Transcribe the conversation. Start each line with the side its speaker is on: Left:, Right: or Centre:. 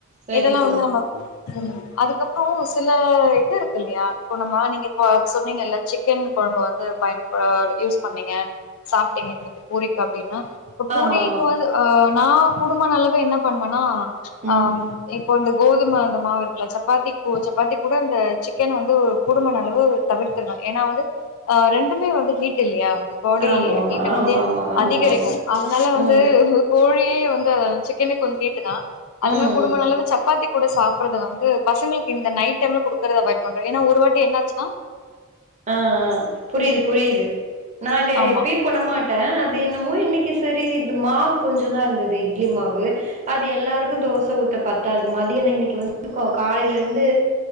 Right: சேரி
Left: இதெல்லாமவந்து
Right: தோழி
Left: நம்ப ம் அதுக்கப்றோ சில இது இருக்கு இல்யா இப்போ நம்ம நீங்க பா சொன்னீங்கல்ல சிக்கன் குழம்ப வந்து பயன்ப யூஸ் பண்ணீங்க சாப்ட்டீங்க எனக்கு பூரிக்கு அப்டின்னா இப்ப பூரீக்கு
Right: ஆமா ஆமா
Left: வந்து ஆ நா கூடுமான அளவு என்ன பண்வன்னா
Right: ம்
Left: ஆம் இப் கொண்டு கோல் தும அந்த மாவு இருக்ல சப்பாத்திக் கோல் சப்பாத்தி கூட அந்த சிக்கன் வந்து கூடுமான அளவு தவிர்த்திருங்க ஏன்னா வந்து ஆ ரெண்டுமே வந்து ஹீட் இல்யா போடி
Right: ஆமா ஆமா
Left: வீட்ட வந்தே
Right: ஆமா ஆமா ஆமா
Left: அதிகரிக்கு
Right: ஆமா
Left: அதனால வந்து
Right: ம்
Left: ஹு கோழியே வந்து அதன் சிக்கனே கொஞ்ச் ஹீட்டு தா
Right: ம்
Left: அதன்வே குடும்ம
Right: ம்
Left: நல்லது சப்பாத்தி கூட சாப்றது வந்து பசங்களுக்கு இந்த நைட் டைம்ல குடுக்கறத அவாய்ட் பண்றோ ஏனா ஒரு வாட்டி என்னாச்சுனா
Right: ஆஆ புரியுது புரியுது நான்ட
Left: ஆமா
Right: எப்பெம் பொனமாட்டே அது இன்னுமோ இன்னிக்கிஸ் தெரி இத்து மாவு கொஞ்சோதா இருந்ததே இட்லி மாவு அது எல்லாருக்கு தோச ஊத்த பத் ட்டாது மதியானய் இன்னிக்கு வந்து கோ காலைய்ல இருந்து